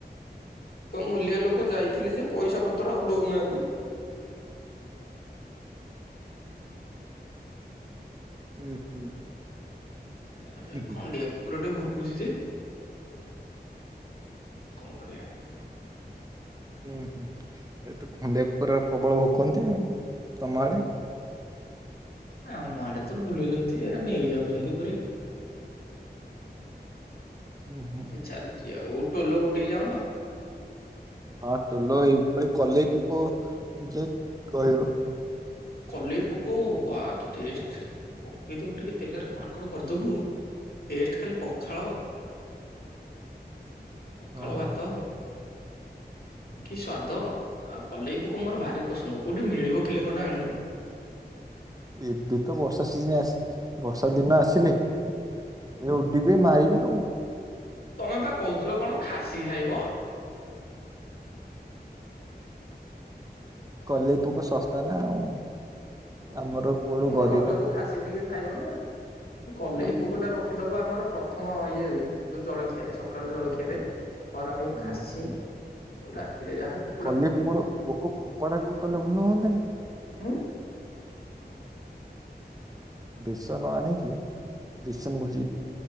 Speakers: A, on the left; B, on the right.
A: ତ ମୂଲିଆ ଲୋକ ଯାଇଥିଲି ଯେ ପଇସା ପତ୍ର ଆଉ ଦଉନାହାନ୍ତି।
B: ଉଁ ହୁଁ।
A: ଏ ଗୋଟେ
B: ହୁଁ ହୁଁ।
A: ଖଣ୍ଡିଆ କୁକୁର ଟେ ଭୁକୁଛି ଯେ। କଣ କରିବା?
B: ହୁଁ ହୁଁ ଏ ତ ଖଣ୍ଡିଆ କୁକୁର ପ୍ରବଳ ଭୋକନ୍ତି ଆଉ। ତମ ଆଡେ?
A: ଆମ ଆଡେ ତ ବୁଲୁଛନ୍ତି ଏ ନେଇ ଯାଉଛନ୍ତି ପୁରି।
B: ହୁଁ ହୁଁ
A: ତି ଚାଲିଚି ଆଉ ଟୋଲ୍ ଗୋଟେଇ ଯାଉନ।
B: ହଁ ଟୋଲ ଏଇ ଭଳି କଲେଇ ପୋକ ଯେ କହିବ।
A: କଲେଇ ପୋ କ ୱା କି ଟେଷ୍ଟ ଖାଲି ପକେଇଦବୁ ଟିକେ ତେଲରେ କଡ଼କଡ଼ କରିଦବୁ। ଟେଷ୍ଟ ଖାଲି ପଖାଳ।
B: <inaudible>
A: ପଖାଳ
B: ହଁ
A: ଭାତ। କି ସ୍ଵାଦ। ଆ କଲେଇ ପୋକ ମୋର ଭାରି ପସନ୍ଦ କୋଉଠି ମିଳିବ? କିଲେ ଖଣ୍ଡେ ଆଣୁନ।
B: ଏବେ ତ ବର୍ଷା ସିଜିନ ଆସ ବର୍ଷା ଦିନ ଆସିଲେ। ଖାଲି ଉଡିବେ ମାରିବେ ଆଉ।
A: ତମେ ପା କହୁଥିଲ କଣ ଖାସି ଖାଇବ?
B: କଲେଇ ପୋକ ଶସ୍ତା ନା ଆଉ।
A: କଲେଇ
B: ଆମର
A: ପୋକ
B: କୁଆଡୁ
A: କଣ
B: ଗରିବ
A: ରଜକୁ
B: ଲୋକ
A: ଖାସି ଟିକେ ଖାଇବ ନା। କି କଲେଇ
B: ନା ଆମ
A: ପୋକ ଟା ର ଖିଦବ ଆମର ପ୍ରଥମ ଇଏରେ ଯଉ ଜଳଖିଆରେ ସକାଳ ଜଳଖିଆରେ ଖରାବେଳୁ
B: ହୁଁ।
A: ଖାସି। ଓ ରାତିରେ ଯାହାକୁ।
B: କଲେଇ ପୋକଡ ପୋକ ପୋକଡା ଟିକେ କଲେ ଭଲ ହୁଅନ୍ତାନି।
A: ଉ ହୁଁ
B: ବେସନ ଆଣିକି ବେସନ କହୁଚି।